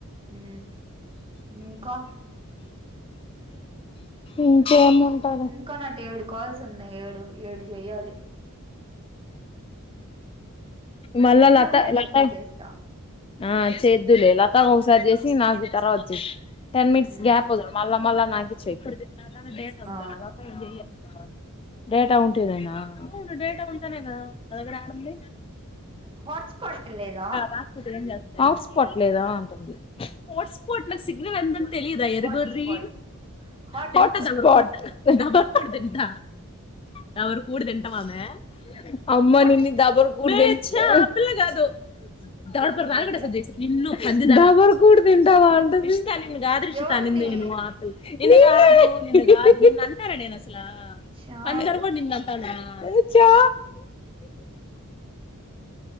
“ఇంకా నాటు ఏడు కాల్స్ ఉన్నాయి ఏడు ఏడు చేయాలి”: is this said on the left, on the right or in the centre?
Right